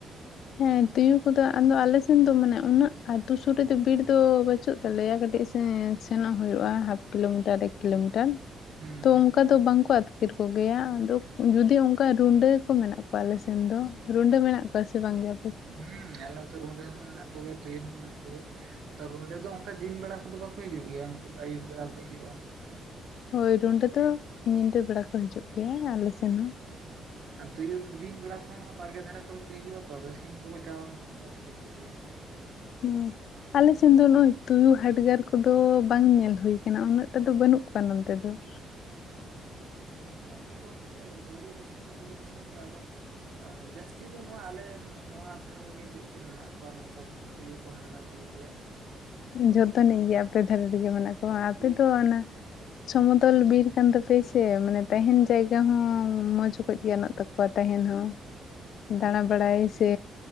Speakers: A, on the left (about 70°); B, on the right (about 70°).
A: ᱦᱮᱸ ᱛᱩᱭᱩ ᱠᱚᱫᱚ ᱟᱫᱚ ᱟᱞᱮ ᱥᱮᱱ ᱫᱚ ᱢᱟᱱᱮ ᱩᱱᱟᱹᱜ ᱟᱛᱩ ᱥᱩᱨ ᱨᱮᱫᱚ ᱵᱤᱨ ᱫᱚ ᱵᱟᱹᱪᱩᱜ ᱛᱟᱞᱮᱭᱟ ᱠᱟᱹᱴᱤᱡ ᱥᱮᱱᱚᱜ ᱦᱩᱭᱩᱜᱼᱟ ᱦᱟᱯ ᱠᱤᱞᱳᱢᱤᱴᱟᱨ ᱮᱠ ᱠᱤᱞᱳᱢᱤᱴᱟᱨ
B: ᱦᱩᱸ
A: ᱛᱚ ᱚᱱᱠᱟ ᱫᱚ ᱵᱟᱝᱠᱚ ᱟᱛ ᱟᱛᱠᱤᱨ ᱠᱚᱜᱮᱭᱟ ᱟᱫᱚ ᱡᱩᱫᱤ ᱚᱱᱠᱟ ᱨᱩᱰᱟᱹ ᱠᱚ ᱢᱮᱱᱟᱜ ᱠᱚᱣᱟ ᱟᱞᱮ ᱥᱮᱱ ᱫᱚ ᱨᱩᱰᱟᱹ ᱢᱮᱱᱟᱜ ᱠᱚᱣᱟ ᱥᱮ ᱾ ᱥᱮ ᱵᱟᱝ ᱜᱮ?
B: ᱦᱩᱸ ᱟᱞᱮ ᱱᱚᱛᱮ ᱨᱩᱰᱟᱹ ᱦᱚᱸ ᱢᱮᱱᱟᱜ ᱠᱚᱜᱮᱭᱟ ᱛᱩᱭᱩ ᱦᱚᱸ ᱢᱮᱱᱟᱜ ᱠᱚᱜᱮᱭᱟ ᱾ ᱛᱟᱨ ᱵᱚᱞᱮ ᱫᱚ ᱚᱱᱠᱟ ᱫᱤᱱ ᱵᱮᱲᱟ ᱠᱚᱫᱚ ᱵᱟᱠᱚ ᱦᱤᱡᱩᱜ ᱜᱮᱭᱟ ᱩᱱᱠᱩ ᱫᱚ ᱟᱹᱭᱩᱵ ᱵᱮᱲᱟ ᱠᱚ ᱦᱤᱡᱩᱜᱼᱟ ᱾
A: ᱦᱳᱭ ᱨᱩᱸᱰᱟᱹ ᱫᱚ ᱧᱤᱫᱟᱹ ᱵᱮᱲᱟ ᱠᱚ ᱦᱤᱡᱩᱜ ᱜᱮᱭᱟ ᱟᱞᱮ ᱥᱮᱱ ᱦᱚᱸ ᱾
B: ᱟᱨ ᱛᱩᱭᱩ ᱫᱚ ᱫᱤᱱ ᱵᱮᱲᱟ ᱠᱚᱦᱚᱸ ᱚᱱᱟ ᱵᱟᱲᱜᱮ ᱫᱷᱟᱨᱮ ᱠᱚᱨᱮ ᱠᱚ ᱦᱤᱡᱩᱜᱼᱟ ᱛᱚ ᱟᱫᱚ ᱥᱤᱢ ᱠᱚᱠᱚ ᱪᱟᱞᱟᱣ ᱞᱮᱱᱠᱷᱟᱱ ᱠᱚ ᱟᱹᱛᱠᱤᱨ ᱠᱚᱣᱟ ᱾ <unintelligible>
A: ᱦᱩᱸ᱾ ᱟᱞᱮ ᱥᱮᱱ ᱫᱚ ᱱᱚᱜᱼᱚᱭ ᱛᱩᱭᱩ ᱦᱟᱰᱜᱟᱨ ᱠᱚᱫᱚ ᱵᱟᱝ ᱧᱮᱞ ᱦᱩᱭ ᱟᱠᱟᱱᱟ ᱩᱱᱟᱹᱜᱴᱟ ᱫᱚ ᱵᱟᱹᱱᱩᱜ ᱠᱚᱣᱟ ᱱᱚᱱᱛᱮ ᱫᱚ ᱾
B: ᱦᱮᱸ ᱟᱯᱮ ᱫᱚ ᱚᱱᱛᱮ ᱵᱩᱨᱩ ᱫᱤᱥᱚᱢ ᱫᱚ ᱵᱩᱨᱩ ᱫᱤᱥᱚᱢ ᱜᱮ ᱟᱫᱚ ᱡᱟᱹᱥᱛᱤ ᱫᱚ ᱱᱚᱣᱟ ᱟᱞᱮ ᱱᱚᱣᱟ ᱫᱷᱟᱨᱮ ᱨᱮᱜᱮ ᱪᱮᱫ ᱪᱚ ᱢᱮᱱᱟᱜ ᱠᱚᱣᱟ ᱱᱚᱝᱠᱟ ᱛᱩᱭᱩ ᱠᱩ ᱦᱟᱰᱜᱟᱨ ᱠᱚᱫᱚ ᱯᱟᱞᱮᱫ ᱾
A: ᱡᱚᱛᱚᱱᱤᱡ ᱜᱮ ᱟᱯᱮ ᱫᱷᱟᱨᱮ ᱨᱮᱜᱮ ᱢᱮᱱᱟᱜ ᱠᱚᱣᱟ ᱟᱯᱮ
B: ᱦᱩᱸ
A: ᱫᱚ ᱚᱱᱟ ᱥᱚᱢᱚᱛᱚᱞ ᱵᱤᱨ ᱠᱟᱱ ᱛᱟᱯᱮᱭᱟ ᱥᱮ ᱢᱟᱱᱮ ᱛᱟᱦᱮᱱ ᱡᱟᱭᱜᱟ ᱦᱚᱸ ᱢᱚᱸᱡᱽ ᱚᱠᱚᱡ ᱜᱮ ᱜᱟᱱᱚᱜ ᱛᱟᱠᱚᱣᱟ ᱾ ᱛᱟᱦᱮᱱ ᱦᱚᱸ ᱫᱟᱬᱟ ᱵᱟᱲᱟᱭ ᱥᱮ